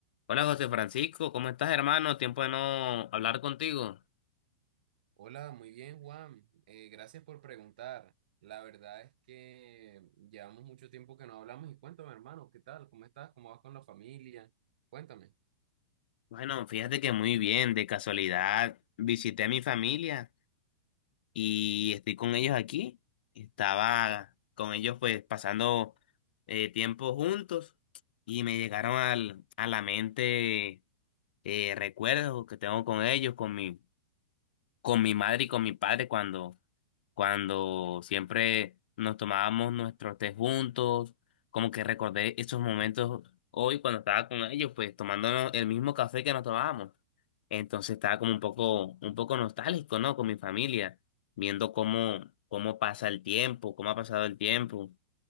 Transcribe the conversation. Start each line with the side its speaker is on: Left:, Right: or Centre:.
Left: Hola José Francisco, ¿cómo estás hermano? Tiempo de no hablar contigo.
Right: Hola, muy bien, Juan. Eh, gracias por preguntar. La verdad es que llevamos mucho tiempo que no hablamos y cuéntame, hermano, ¿qué tal? ¿Cómo estás? ¿Cómo vas con la familia? Cuéntame.
Left: Bueno, fíjate que muy bien, de casualidad visité a mi familia y estoy con ellos aquí. Estaba con ellos pues pasando eh, tiempo juntos y me llegaron al, a la mente eh, recuerdos que tengo con ellos, con mi, con mi madre y con mi padre cuando cuando siempre nos tomábamos nuestros té juntos, como que recordé esos momentos hoy cuando estaba con ellos, pues tomándonos el mismo café que nos tomábamos. Entonces estaba como un poco, un poco nostálgico, ¿no? Con mi familia, viendo cómo, cómo pasa el tiempo, cómo ha pasado el tiempo.